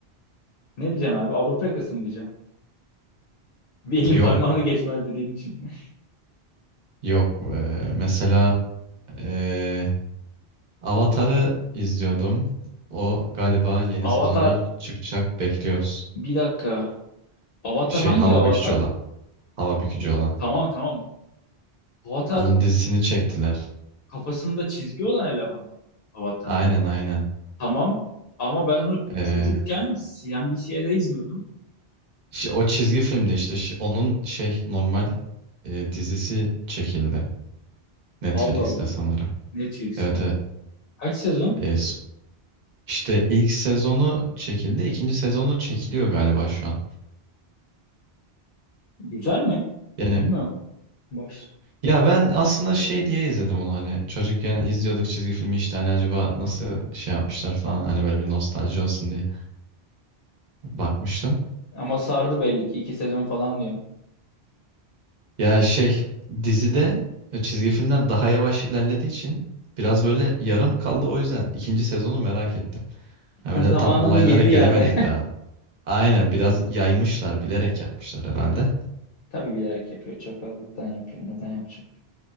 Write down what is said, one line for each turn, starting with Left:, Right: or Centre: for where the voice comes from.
Left: Ne diyeceksin abi? Avrupa yakası mı diyeceksin? <laughs> Bir
Right: Yok,
Left: elin parmağını geçmez dediğin için. <laughs>
Right: yok. Ee, mesela ee, Avatar'ı izliyordum. O galiba yeni
Left: Avatar
Right: sezonu çıkacak bekliyoruz.
Left: bir dakika. Avatar
Right: Şey
Left: hangi
Right: hava
Left: avatar?
Right: bükücü olan. Hava bükücü olan.
Left: Tamam tamam. Avatar
Right: Onun dizisini çektiler.
Left: kafasında çizgi olan eleman. Avatar.
Right: Aynen aynen.
Left: Tamam ama ben onu
Right: Ee,
Left: çocukken CNBC'de izliyordum.
Right: şi- o çizgi filmdi işte. Şi- onun şey normal e, dizisi çekildi. Netflix'te
Left: Allah Allah.
Right: sanırım.
Left: Netflix'te.
Right: Evet evet.
Left: Kaç sezon?
Right: Ee, s- işte ilk sezonu çekildi. İkinci sezonu çekiliyor galiba şu an.
Left: Güzel mi?
Right: Yani
Left: Bilmiyorum. Baş
Right: ya ben aslında şey diye izledim onu hani çocukken izliyorduk çizgi filmi işte hani acaba nasıl şey yapmışlar falan hani böyle bir nostalji olsun diye bakmıştım.
Left: Ama sardı belli ki iki sezon falan diyorsun.
Right: Ya şey dizide çizgi filmden daha yavaş ilerlediği için biraz böyle yarım kaldı o yüzden ikinci sezonu merak ettim.
Left: <laughs>
Right: Ha böyle
Left: Zamanını
Right: tam olaylara
Left: yedi
Right: gelemedik
Left: yani.
Right: daha. Aynen biraz yaymışlar bilerek yapmışlar herhalde.
Left: <laughs> Tabii bilerek yapıyor. Çakallıktan yapıyor. Neden yapacak?